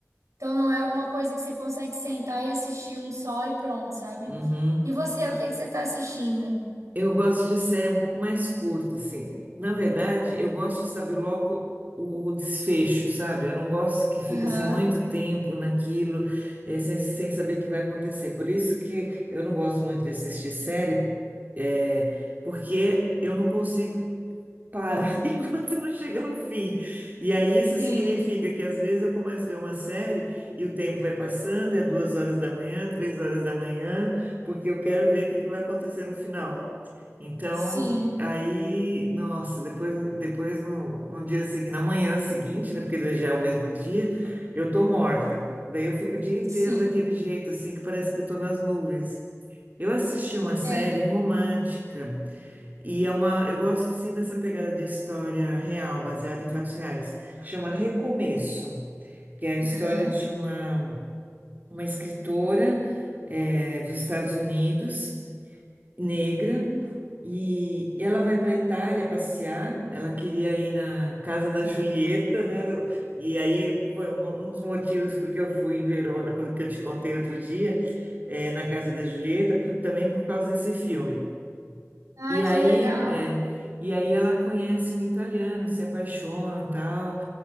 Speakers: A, on the right (about 80°); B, on the right (about 35°).
A: então não é alguma coisa que você consegue sentar e assistir um só e pronto, sabe?
B: Uhum.
A: E você, o que que você tá assistindo?
B: Eu gosto de série um pouco mais curta, assim. Na verdade, eu gosto de saber logo o desfecho, sabe? Eu não gosto que fica
A: Aham.
B: assim muito tempo naquilo, eh, sem, sem saber o que vai acontecer. Por isso que eu não gosto muito de assistir série, eh, porque eu não consigo. para <laughs> enquanto não chega no fim. E aí isso
A: Sim,
B: significa que às vezes eu começo a ver uma série e o tempo vai passando, é duas horas da manhã, três horas da manhã, porque eu quero ver o que que vai acontecer no final. Então,
A: sim,
B: aí, nossa, depois, depois no, no dia seguinte, na manhã seguinte, né, porque já é o mesmo dia, eu tô morta. Daí eu fico o dia inteiro
A: sim.
B: daquele jeito, assim, que parece que eu tô nas nuvens. Eu assisti uma série
A: É.
B: romântica e é uma, eu gosto sim dessa pegada de história real, baseada em fatos reais. Chama Recomeço, que é a história
A: Aham.
B: de uma, uma escritora eh, dos Estados Unidos, negra, e ela vai para a Itália passear. Ela queria ir na casa da Julieta, né? do- E aí foi um, um dos motivos porque eu fui em Verona, quando que eu te contei outro dia, eh, na casa da Julieta, por- também por causa desse filme.
A: Ah,
B: E
A: que
B: aí,
A: legal.
B: é, e aí ela conhece um italiano, se apaixonam, tal,